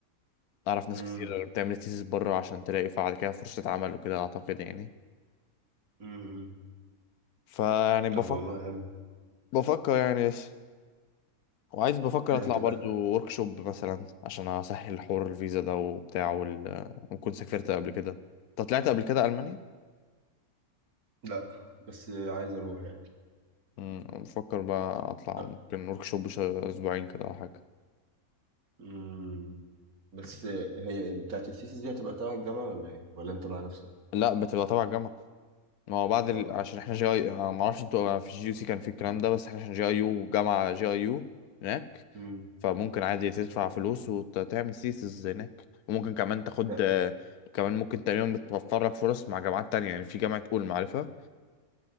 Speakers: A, on the left (about 85°); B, on the right (about 80°).
A: أعرف ناس
B: مم.
A: كتير بتعمل الثيسيس بره عشان تلاقي بعد كده فرصة عمل وكده أعتقد يعني
B: مم.
A: فيعني بفكر
B: طب والله حلو
A: بفكر يعني لسه وعايز بفكر
B: ده
A: أطلع
B: هتبقى
A: برضو شوب مثلا عشان أسهل حوار الفيزا ده وبتاع وال... وكنت سافرت قبل كده أنت طلعت قبل كده ألمانيا؟
B: لا بس عايز اروح يعني
A: مم، بفكر بقى أطلع
B: آه،
A: ممكن شوب أسبوعين كده أو حاجة
B: مم. بس هي بتاعت الثيسيس دي هتبقى تبع الجامعة ولا ايه؟ ولا انت مع نفسك؟
A: لا بتبقى تبع الجامعة ما هو بعد
B: اه
A: ال... عشان احنا جي اي آه، ما اعرفش انتوا آه، في جي يو سي كان في الكلام ده بس احنا عشان جي اي يو جامعة جي اي يو هناك
B: امم
A: فممكن عادي تدفع فلوس وتعمل سيسز هناك وممكن كمان تاخد
B: لا
A: آه، كمان ممكن تقريبا بتوفر لك فرص مع جامعات تانية يعني في جامعة أولم عارفها